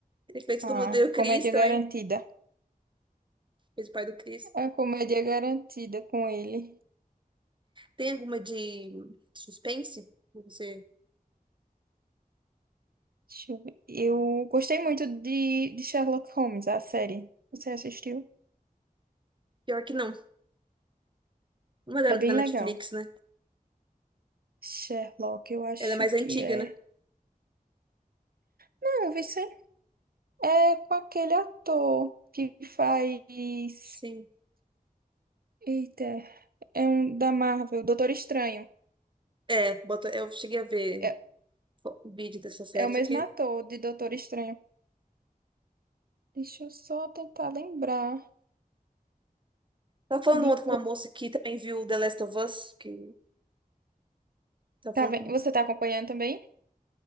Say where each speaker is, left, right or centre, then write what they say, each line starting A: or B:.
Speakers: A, on the right; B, on the right.
A: Ele fez
B: Ah,
A: Todo Mundo Odeia o Chris
B: comédia
A: também.
B: garantida.
A: Fez o pai do Chris.
B: A comédia garantida com ele.
A: Tem alguma de suspense? que Você...
B: Deixa eu ver. Eu gostei muito de, de Sherlock Holmes, a série. Você assistiu?
A: Pior que não. Uma da,
B: É
A: da
B: bem
A: Netflix,
B: legal.
A: né?
B: Sherlock, eu acho
A: Ela é mais antiga,
B: que é.
A: né?
B: Não, Vice, é com aquele ator que faz.
A: Sim.
B: Eita, é um da Marvel, Doutor Estranho.
A: É, bota... eu cheguei a ver
B: É,
A: o vídeo dessa série,
B: é o mesmo
A: só que.
B: ator de Doutor Estranho. Deixa eu só tentar lembrar
A: Tava falando
B: de.
A: ontem com
B: co-
A: uma moça que também viu The Last of Us, que tava
B: Tá
A: falando
B: vendo?
A: com
B: Você tá acompanhando também?